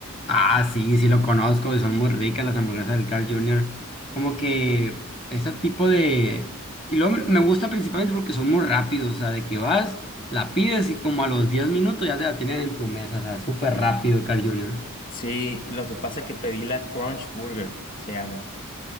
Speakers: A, on the left; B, on the left.
A: Ah, sí, sí lo conozco, y son muy ricas las hamburguesas del Carl Jr. Como que ese tipo de... Y luego me me gusta principalmente porque son muy rápidos, o sea, de que vas, la pides y como a los 10 minutos ya te la tienen en tu mesa, o sea, súper rápido el Carl Jr.
B: Sí, lo que pasa es que pedí la Crunch Burger, se llama.